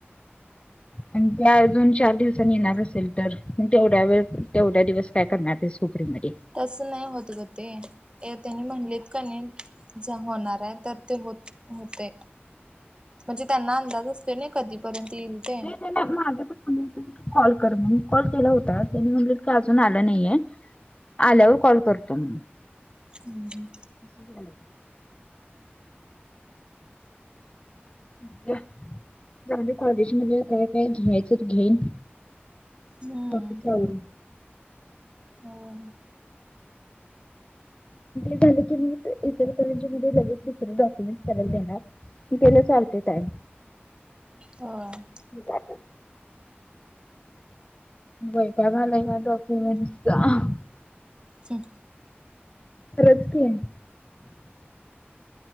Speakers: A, on the left; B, on the right.
A: आणि त्या अजून चार दिवसांनी येणार असेल तर? तेवढ्या वेळ, तेवढ्या दिवस काय करणारेस? <unintelligible>
B: तसं नाही होत ग ते. त्यांनी म्हणलेत का नाही? जे होणार आहे तर ते होतय. म्हणजे त्यांना अंदाज असतो ना? कधीपर्यंत येईल. ते
A: <unintelligible> म्हण कॉल कर म्हणून. कॉल केला होता त्यानी म्हटलं की अजून आलं नाहीये. आल्यावर कॉल करतो म्हणून.
B: हम्म
A: असं झालं <unintelligible> कॉलेज मध्ये काय घ्यायचं ते घेईन.
B: हम्म
A: बाकी <unintelligible>
B: हम्म
A: झालं की मग, इचलकरंजीमध्ये लगेच दुसरे डॉक्युमेंट स तयार करणार. ते ला चालते टाईम.
B: हां.
A: जातो. वैताग आलाय <unintelligible>
B: हो
A: खरच की.